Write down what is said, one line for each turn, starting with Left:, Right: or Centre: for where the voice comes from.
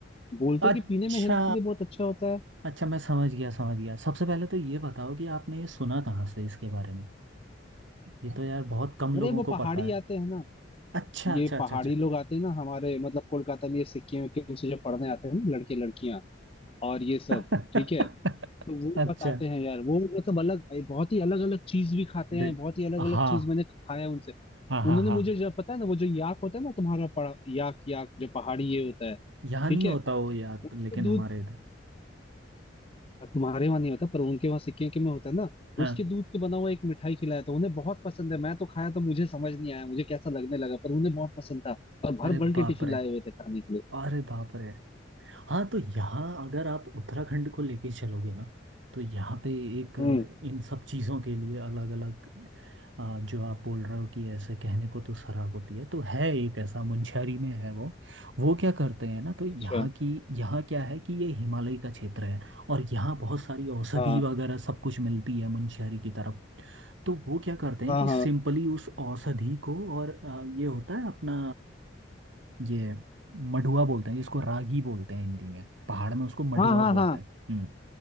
Left: बोलते
Right: अच्छा
Left: कि पीने में हेल्थ के लिए बहुत अच्छा होता है
Right: अच्छा मैं समझ गया समझ गया सबसे पहले तो ये बताओ कि आपने ये सुना कहाँ से इसके बारे में ये तो यार बहुत कम लोगों
Left: अरे वो
Right: को
Left: पहाड़ी
Right: पता है
Left: आते हैं ना
Right: अच्छा अच्छा
Left: ये
Right: अच्छा
Left: पहाड़ी
Right: अच्छा
Left: लोग आते हैं ना हमारे मतलब कोलकाता में ये सिक्किम विक्किम से जो पढ़ने आते हैं ना लड़के लड़कियां और ये सब
Right: <laughs>
Left: ठीक है तो वो
Right: अच्छा
Left: बताते हैं यार वो मतलब अलग बहुत ही अलग अलग चीज भी खाते हैं
Right: दे
Left: बहुत ही अलग अलग
Right: हाँ
Left: चीज मैंने खाया है उनसे
Right: हाँ
Left: उन्होंने
Right: हाँ हाँ
Left: मुझे जब पता है ना वो जो याक होता है ना तुम्हारा पड़ा याक याक जो पहाड़ी ये होता है
Right: यहाँ
Left: ठीक
Right: नहीं
Left: है
Right: होता वो याद
Left: उसके
Right: लेकिन
Left: दूध
Right: हमारे इधर
Left: तुम्हारे वहां नहीं होता पर उनके वहां सिक्किम के में होता है ना
Right: हाँ
Left: उसके दूध के बना हुआ एक मिठाई खिलाया था उन्हें बहुत पसंद है मैं तो खाया तो मुझे समझ नहीं आया मुझे कैसा लगने लगा पर उन्हें बहुत पसंद था और
Right: अरे
Left: भर भर
Right: बाप
Left: के टिफिन
Right: रे
Left: लाए हुए थे खाने के लिए
Right: अरे बाप रे हाँ तो यहाँ अगर आप उत्तराखंड को लेके चलोगे ना तो यहाँ पे एक अ,
Left: हम्म
Right: इन सब चीज़ों के लिए अलग अलग जो आप बोल रहे हो कि ऐसे कहने को तो शराब होती है तो है एक ऐसा मुंशियारी में है वो वो क्या करते हैं ना तो यहाँ
Left: अच्छा
Right: की यहाँ क्या है कि ये हिमालय का क्षेत्र है और यहाँ बहुत सारी औषधि
Left: हाँ
Right: वगैरह सब कुछ मिलती है मुंशियारी की तरफ तो वो क्या करते हैं
Left: हाँ
Right: कि
Left: हाँ
Right: सिंपली उस औषधि को और अ, ये होता है अपना अ, ये मडुआ बोलते हैं जिसको रागी बोलते हैं हिंदी में पहाड़ में उसको मडुआ
Left: हाँ हाँ
Right: बोलते
Left: हाँ
Right: हैं हम्म